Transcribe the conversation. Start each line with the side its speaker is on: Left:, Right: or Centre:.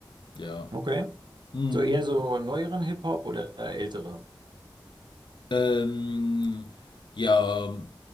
Left: Ja.
Right: Okay.
Left: Mhm.
Right: So eher so neueren Hip-Hop oder ältere? <laughs>
Left: Ähm, ja,